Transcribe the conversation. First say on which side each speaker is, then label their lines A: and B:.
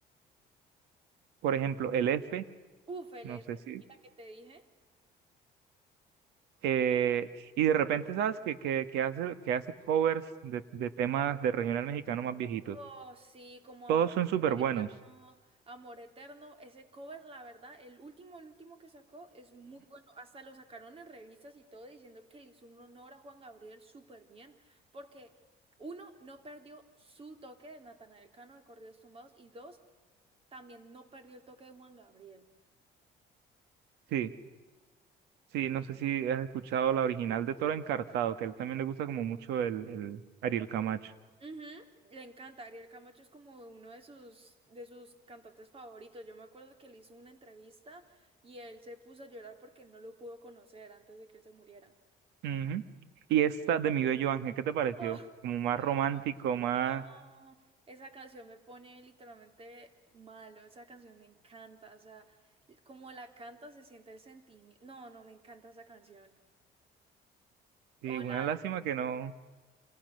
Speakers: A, on the right; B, on the right.
A: Por ejemplo, el F,
B: Uf, el
A: no
B: F
A: sé si...
B: y la que te dije.
A: eh, y de repente, ¿sabes? Que, que, que hace, que hace covers de, de temas de regional mexicano más viejitos.
B: Oh, sí, como
A: Todos
B: Amor
A: son súper
B: Eterno,
A: buenos.
B: Amor Eterno, ese cover, la verdad, el último, el último que sacó es muy bueno, hasta lo sacaron en revistas y todo diciendo que le hizo un honor a Juan Gabriel súper bien, porque uno, no perdió su toque de Natanael Cano de Corridos Tumbados y dos, también no perdió el toque de Juan Gabriel.
A: Sí, sí, no sé si has escuchado la original de Toro Encartado, que a él también le gusta como mucho el, el Ariel Camacho.
B: Ujú, Le encanta, Ariel Camacho es como uno de sus, de sus cantantes favoritos. Yo me acuerdo que le hizo una entrevista y él se puso a llorar porque él no lo pudo conocer antes de que él se muriera.
A: Ujú. Y esta de Mi Bello Ángel, ¿qué te pareció?
B: Oh,
A: Como más
B: y
A: romántico,
B: yo,
A: más...
B: "Ah, esa canción me pone literalmente malo, esa canción me encanta, o sea, como la canta se siente el sentimiento. No, no, me encanta esa canción.
A: Sí,
B: Hola,
A: una lástima que no,